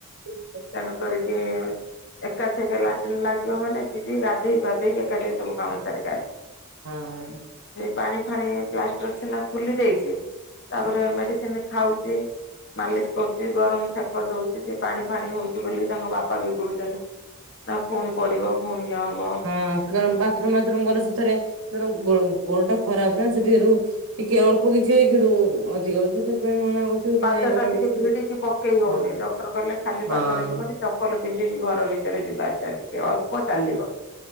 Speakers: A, on the right; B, on the left.
A: ହ <inaudible>
B: ତେଣୁ କରିକି ଏକାଛକ ଲା ଲାଗିବ ମାନେ ଯିବି ଗାଧେଇ ପାଧେଇକି ଏକା ଯ ସବୁ କାମ ସାରିକି ଆସିବି।
A: ହୁଁ।
B: ପାଣି ଫାଣି ପ୍ଲାଷ୍ଟର ଛେନା ଖୋଲି ଦେଇଛି। ତାପରେ ମେଡିସିନ ଖାଉଛି ମାଲିସ କରୁଛି ଗରମ ସେକ ଦଉଛି। ପାଣି ଫାଣି ହଉଛି ବୋଲି ତାଙ୍କ ବାପା ବିଗୁଡ଼ୁଛନ୍ତି ନା ପୁଣି ପଡ଼ିବ ପୁଣି ଇଏ ହବ।
A: ହଁ ବାଥରୁମଥରୁମ ଗଲେ ସେଥିରେ ଗୋଡ ଟା ଖରାପ ନା ସେଠି ଟିକେ ଅଳ୍ପ କିଛି ଏଇ ସେଠୁ ଅଧିକ ଅ ସେଥିପାଇଁ ମନା କରୁଥିବେ କି
B: ପାଦ
A: ନାଇଁ ତମେ
B: ଟା ଟିକେ
A: ବେଶୀ
B: ଭିଡିକି ପକେଇ ହଉନି
A: ହଁ
B: ଡକ୍ଟର କହିଲେ ଖାଲି
A: ହଁ।
B: ପାଦରେ ଯିବନି। ଚପଲ ପିନ୍ଧିକି ଘର ଭିତରେ ଯିବା ଆଶିବ ଟିକେ ଅଳ୍ପ ଚାଲିବ।